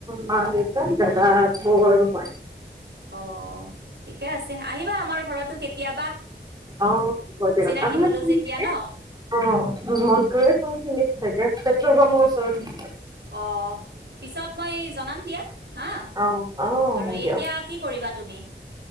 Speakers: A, on the right; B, on the right.
A: মাল যে দাদা বৌ আৰু মই
B: অ ঠিকে আছে আহিবা আমাৰ ঘৰতো কেতিয়াবা
A: অ হয় দিয়ক
B: চিনাকি
A: আপোনাৰ
B: হলো
A: কোনখিনিত
B: যেতিয়া ন
A: অ নলবাৰীৰ কোনখিনিত থাকে পেট্ৰল পামৰ ওচৰত
B: অ পিছত মই জনাম দিয়া হা
A: অ', অ',
B: আৰু
A: দিয়ক
B: এতিয়া কি কৰিবা তুমি